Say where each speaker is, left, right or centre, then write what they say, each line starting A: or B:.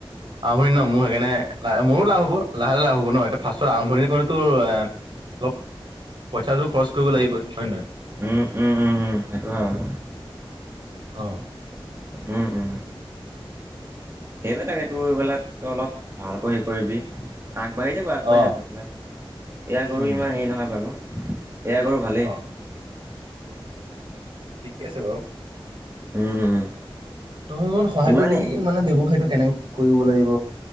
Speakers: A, on the right (about 60°); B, on the right (about 30°).
A: আৰম্ভণি ন মোৰ সেইকাৰণে লাহ মোৰো লাভ হ'ব লাহে লাহে লাভ হ'ব ন এতিয়া ফাৰ্ষ্টৰ আৰম্ভণি কৰিতো অলপ পইচাটোৰ খৰচ কৰিব লাগিবই হয় নে নহয়।
B: উম, উম, উম, উম, সেইটো হয় আৰু।
A: অ'।
B: উম, উম, সেইবিলাকে তোৰ এইবিলাক তই অলপ ভালকৈ হে কৰিবি। আগবাঢ়ি যাব আগবাঢ়ি
A: অ',
B: যাব এইবিলাক ইয়াৰ গৰু
A: উম
B: ইমান হেৰি নহয় বাৰু। এয়া গৰু ভালেই।
A: অ', ঠিকে আছে বাৰু।
B: উম উম।
A: তই অলমান সহায়
B: ইমানেই
A: কৰি দিবি মানে ব্যৱসায়টো কেনেকে কি কৰিব লাগিব।